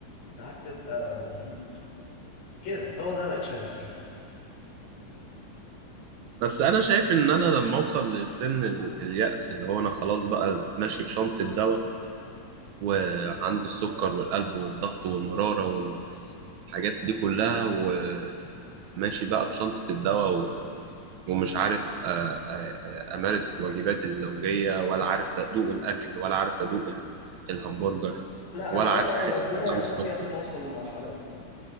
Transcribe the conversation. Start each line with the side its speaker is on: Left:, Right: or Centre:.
Left: ساعات تبقى مبسوط كده هو ده الاكشن اللي في الحياة
Right: بس انا شايف ان انا لما اوصل لسن ال- اليأس اللي هو انا خلاص بقى ماشي بشنطه دواء وعندي السكر والقلب والضغط والمراره والحاجات دي كلها وماشي بقى بشنطه الدواء ومش عارف آه، آه، آه، أمارس واجباتي الزوجية ولا عارف أدوق الأكل ولا عارف أدوق ال- الهمبرجر
Left: لا
Right: ولا
Left: انا بدعي
Right: عارف أحس
Left: ربنا
Right: بطعم
Left: ياخدني
Right: السكر
Left: قبل ما اوصل للمرحلة دي